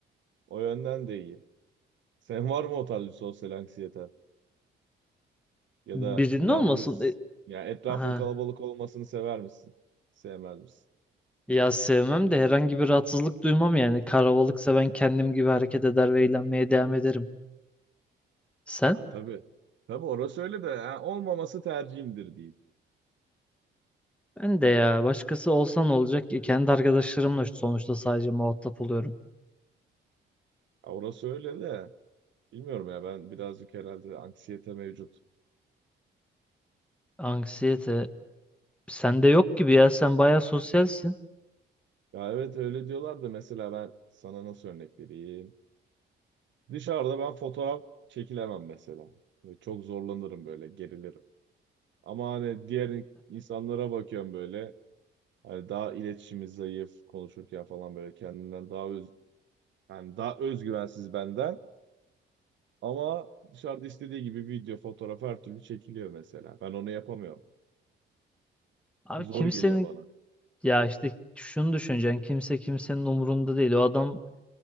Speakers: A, on the right; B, in the centre.
A: O yönden de iyi. Sen var mı o tarz bir sosyal anksiyete? Ya
B: Birinin
A: da yalnız
B: olmasın. E,
A: ya etrafın
B: ha.
A: kalabalık olmasını sever misin? Sevmez misin?
B: Ya sevmem de herhangi bir rahatsızlık duymam yani. Karavalıksa ben kendim gibi hareket eder ve eğlenmeye devam ederim. Sen?
A: Ha, tabii. Tabii orası öyle de ha, olmaması tercihimdir diyeyim.
B: Ben de ya başkası olsan olacak ki kendi arkadaşlarımla sonuçta sadece muhatap oluyorum.
A: Ha, orası öyle de bilmiyorum ya ben birazcık herhalde anksiyete mevcut.
B: Anksiyete. Sende yok gibi ya sen bayağı sosyalsin.
A: Ya evet öyle diyorlar da mesela ben sana nasıl örnek vereyim? Dışarıda ben fotoğraf çekilemem mesela. Böyle Çok zorlanırım böyle gerilirim. Ama hani diğer insanlara bakıyorum böyle hani daha iletişimi zayıf konuşurken falan böyle kendinden daha öz yani daha özgüvensiz benden ama dışarıda istediği gibi video fotoğraf her türlü çekiliyor mesela. Ben onu yapamıyorum.
B: Abi
A: Zor
B: kimsenin
A: geliyor bana.
B: ya işte şunu düşüneceksin kimse kimsenin umurunda değil. O adam